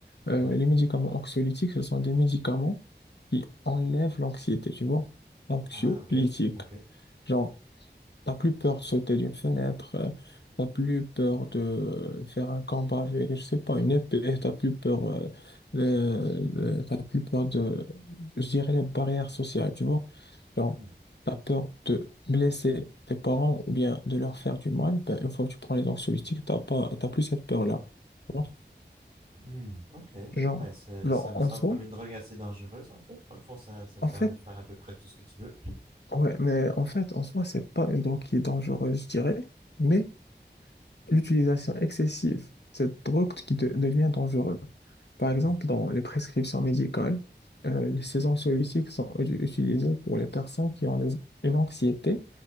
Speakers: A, on the left; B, on the right.
A: Euh,
B: oui.
A: les médicaments anxiolytiques, ce sont des médicaments qui enlèvent l'anxiété, tu vois, anxiolytiques.
B: Ah, ok. Ok.
A: Genre, T'as plus peur de sauter d'une fenêtre, euh, t'as plus peur de faire un combat avec, je sais pas, une épée, t'as plus peur, euh, de- de- t'as plus peur de, je dirais, les barrières sociales, tu vois. Genre,
B: Hmm.
A: t'as peur de blesser tes parents ou bien de leur faire du mal, ben, une fois que tu prends les anxiolytiques, t'as pas, t'as plus cette peur-là. tu vois.
B: Hmm. Ok.
A: Genre,
B: Ouais, ça,
A: genre,
B: ça me
A: en
B: semble
A: soi,
B: comme une drogue assez dangereuse en fait. Dans le fond, ça, ça te
A: en
B: permet
A: fait,
B: de faire à peu près tout ce que tu veux.
A: ouais, mais en fait, en soi, c'est pas une drogue qui est dangereuse, je dirais, mais L'utilisation excessive de cette drogue qui de- devient dangereuse. Par
B: Hmm.
A: exemple, dans les prescriptions médicales, euh, les séances soluciques sont u- utilisées pour les personnes qui ont des- une anxiété